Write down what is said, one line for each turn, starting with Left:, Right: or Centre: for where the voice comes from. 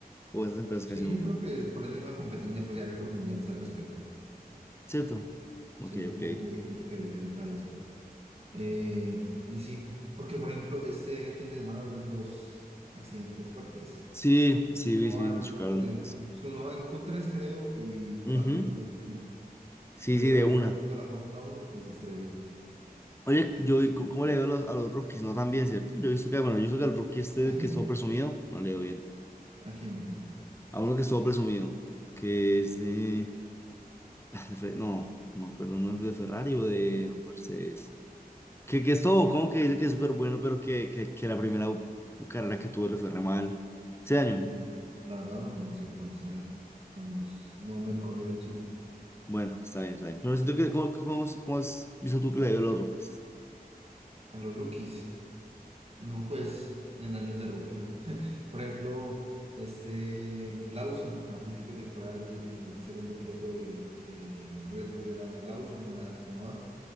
Left: o esas empresas
Right: Sí,
Left: casi nunca,
Right: yo creo que por eso hay una competencia, pues hay récord mundiales al respecto.
Left: ¿cierto? Ok,
Right: Sí, yo
Left: ok.
Right: como que hay gente que se dedica a eso. Eh, y sí, porque por ejemplo, este fin de semana hubieron dos accidentes fuertes.
Left: Sí, sí,
Right: Uno
Left: vi, sí,
Right: en,
Left: sí, chocaron.
Right: Q- en, Tsunoda en Q3, creo, y Colapinto
Left: Ujú.
Right: en q uno
Left: Sí,
Right: Regresó
Left: sí, de una.
Right: Colapinto a la Fórmula Uno y se estrelló.
Left: Oye, yo vi co- cómo le veo a los, a los rookies, no tan bien, ¿cierto? Yo he visto que, bueno, yo he visto que al rookie este
Right: ¿A quién?
Left: que estuvo presumido, no le veo bien.
Right: ¿A quién? ¿A quién?
Left: A uno que estuvo presumido, que es de, ah, de Fe- no, no me acuerdo, no es de Ferrari o de Mercedes. Que, que es todo con que dice que es súper bueno, pero que, que, que la primera u- carrera que tuve le fue re mal. Ese año.
Right: No, la verdad no, no sé cuál será. No, no, no me conocí de Chile.
Left: Bueno, está bien, está bien. Pero siento que, ¿cómo, cómo, cómo has visto tú que le dio a los Rockets?
Right: A los rookies. No, pues, en años de rookie. Por ejemplo, este Lawson, a principio de temporada, el, el segundo piloto de, de Red Bull era Lawson, no era Tsunoda,